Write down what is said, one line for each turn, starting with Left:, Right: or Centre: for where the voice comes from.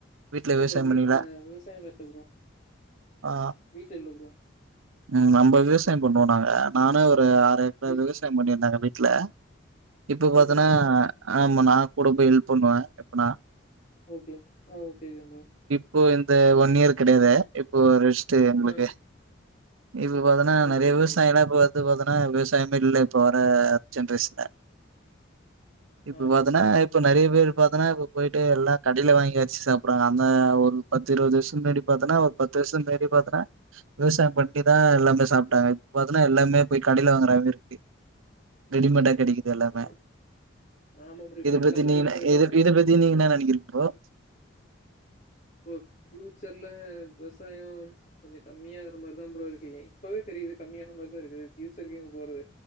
Right: வீட்ல
Left: இல்ல
Right: விவசாயம்
Left: ப்ரோ வீட்டுல
Right: பண்ணீங்களா?
Left: விவசாயலாயில்ல ப்ரோ
Right: ஆ.
Left: வீட்டுல இல்ல ப்ரோ
Right: ம் நம்ப விவசாயம் பண்றோம் நாங்க நானு <unintelligible> ஆறு ஏக்கரா
Left: சரி
Right: விவசாயம் பண்ணிருந்தாங் <unintelligible> <unintelligible> இப்ப
Left: சரி
Right: பாத்தன்னா
Left: சரிங்க ப்ரோ.
Right: ஹ <unintelligible> நான் கூட போய் ஹெல்ப் பண்ணுவேன் எப்பனா
Left: ஓகே ஆஹ் ஓகே ஓகே ப்ரோ
Right: <unintelligible> இது ஒன் இயர் கிடையாது இப்போ ரெஸ்ட்டு எங்குளுக்கு
Left: ஆ
Right: இப்ப பாத்தனா
Left: ஓகே
Right: நிறைய
Left: ஓகேங்க
Right: விவசாயம்ல்லாம்
Left: ப்ரோ.
Right: <unintelligible> து பாத்தன்னா விவசாயமே இல்ல இப்ப வர ஜென்ரேஷன்ல இப்ப
Left: ஆமாம்
Right: பாத்தன்னா
Left: ப்ரோ.
Right: இப்ப நறைய பேர் பாத்தன்னா இப்போ போயிட்டு எல்லா கடைல வாங்கி வச்சி சாப்புர்றாங் அந்த ஒரு பத்து இருவது வர்ஷ் முன்னாடி பாத்தனா ஒரு பத்து வர்ஷொ பின்னாடி பாத் த விவசாயம் பண்ட்டேதா எல்லாமே சாப்ட்டாங்க இப்ப பாத்தன்னா எல்லாமே போய் கடைல வாங்குற மாரி இருக்கு ரெடிமேடா கெடைக்கிது எல்லாமே
Left: ஆ ஆமா ப்ரோ. இப்ப
Right: இதப்
Left: எல்லாமே
Right: பத்தி நீங்க
Left: ரெடிமேடு
Right: என்ன
Left: தானே.
Right: இத இதப் பத்தி நீங்க என்ன நெனக்கிறீங் அ
Left: ப்ரோ ஃப்யூச்சர்ல விவசாயொம் கொஞ்சொ கம்மியாற மாரிதா ப்ரோ இருக்கு ஏ இப்பவே தெரியிது கம்மியான மாரிதா இருக்குது ஃப்யூச்சருக்கு எங்க போறது